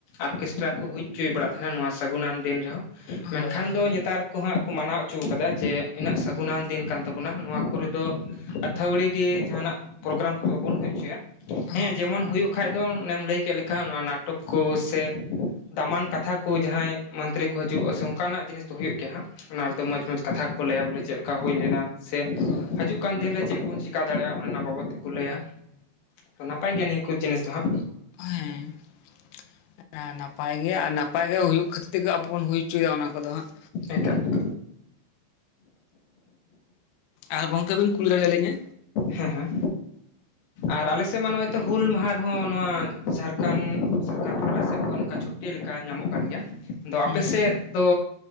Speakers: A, on the left; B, on the left.
A: ᱚᱨᱠᱮᱥᱴᱨᱟ ᱠᱚ ᱦᱩᱭ ᱚᱪᱚᱭ ᱵᱟᱲ ᱛᱟᱦᱮᱱᱟ ᱱᱚᱣᱟ ᱥᱟᱹᱜᱩᱱᱱ ᱫᱤᱱ ᱨᱮᱦᱚᱸ᱾ ᱢᱮᱱᱠᱷᱟᱱ
B: ᱦᱳᱭ ᱦᱳᱭ
A: ᱫᱚ
B: ᱦᱳᱭ
A: ᱱᱮᱛᱟᱨ ᱠᱚ ᱦᱟᱸᱜ ᱠᱚ ᱢᱟᱱᱟᱣ ᱦᱚᱪᱚᱣᱟ ᱠᱟᱫᱟ ᱡᱮ ᱩᱱᱟᱹᱜ ᱥᱟᱹᱜᱩᱱ
B: ᱦᱳᱭ
A: ᱫᱤᱱ ᱠᱟᱱ ᱛᱟᱵᱚᱱᱟ ᱱᱚᱣᱟ ᱠᱚᱨᱮ ᱫᱚ ᱟᱹᱛᱷᱟᱹᱣᱲᱤ ᱜᱮ ᱡᱟᱦᱟᱱᱟᱜ ᱯᱨᱳᱜᱨᱟᱢ ᱠᱚ ᱵᱟᱵᱚᱱ ᱦᱩᱭ ᱦᱚᱪᱚᱭᱟ ᱦᱮᱸ
B: ᱦᱳᱭ
A: ᱡᱮᱢᱚᱱ ᱦᱩᱭᱩᱜ ᱠᱷᱟᱡ ᱫᱚ ᱮᱢ ᱞᱟᱹᱭ ᱠᱮᱫ ᱞᱮᱠᱟ ᱱᱟᱴᱚᱠ ᱠᱚ ᱥᱮ ᱫᱟᱢᱟᱱ ᱠᱟᱛᱷᱟ ᱡᱟᱦᱟᱸᱭ ᱢᱚᱱᱛᱨᱤ ᱠᱚ ᱦᱤᱡᱩᱜᱼᱟ ᱥᱮ ᱠᱩ ᱚᱱᱠᱟᱱᱟᱜ ᱡᱤᱱᱤᱥ ᱫᱚ ᱦᱩᱭᱩᱜ ᱜᱮᱭᱟ ᱦᱟᱸᱜ ᱚᱱᱟ ᱨᱮᱫᱚ
B: ᱦᱳᱭ
A: ᱢᱚᱸᱡᱽ ᱢᱚᱸᱡᱽ ᱠᱟᱛᱷᱟ ᱠᱚ ᱞᱟᱹᱭᱟ ᱵᱚᱞᱮ ᱪᱮᱫ ᱞᱮ ᱠᱟ ᱦᱩᱭ ᱞᱮᱱᱟ ᱥᱮ
B: ᱦᱳᱭ
A: ᱦᱤᱡᱩᱜ ᱠᱟᱱ ᱫᱤᱱ ᱨᱮ ᱪᱮᱫᱵᱚᱱ ᱪᱤᱠᱟᱹ ᱫᱟᱲᱮᱭᱟᱜᱼᱟ ᱚᱱᱟ ᱚᱱᱟ ᱵᱟᱵᱚᱫ ᱛᱮᱠᱚ ᱞᱟᱹᱭᱟ, ᱛᱚ ᱱᱟᱯᱟᱭ ᱜᱮᱭᱟ ᱱᱤᱭᱟᱹ ᱠᱚ ᱡᱤᱱᱤᱥ ᱫᱚ ᱦᱟᱸᱜ᱾
B: ᱦᱮᱸ ᱱᱟᱯᱟᱭ ᱜᱮ ᱟᱨ ᱱᱟᱯᱟᱭ ᱜᱮ ᱦᱩᱭᱩᱜ ᱠᱷᱟᱹᱛᱤᱨ ᱛᱮ ᱟᱵᱚᱵᱚᱱ ᱦᱩᱭ ᱚᱪᱚᱭᱮ ᱚᱱᱟ ᱠᱚᱫᱚ ᱦᱟᱸᱜ᱾
A: ᱮᱠᱟᱞ ᱮᱠᱟᱞ
B: ᱟᱨ ᱜᱚᱝᱠᱮ ᱵᱮᱱ ᱠᱩᱞᱤ ᱫᱟᱲᱮ ᱟᱹᱞᱤᱧᱟᱹ,
A: ᱦᱮᱸ ᱦᱮᱸ ᱟᱨ ᱟᱞᱮ ᱥᱮᱫ ᱢᱟ ᱱᱚᱜᱼᱚᱸᱚᱭ ᱛᱚ ᱦᱩᱞ ᱢᱟᱦᱟ ᱨᱮᱦᱚᱸ ᱱᱚᱣᱟ ᱡᱷᱟᱲᱠᱷᱚᱸᱰ ᱡᱷᱟᱨᱠᱷᱚᱸᱱᱰ ᱥᱮᱫ ᱠᱷᱚᱱ ᱚᱱᱠᱟ ᱪᱷᱩᱴᱤ ᱞᱮᱠᱟ ᱧᱟᱢᱚᱜ ᱠᱟᱱᱟ᱾ ᱠᱟᱱ ᱜᱮᱭᱟ ᱟᱫᱚ
B: ᱦᱩᱸ
A: ᱟᱯᱮ ᱥᱮᱫ ᱫᱚ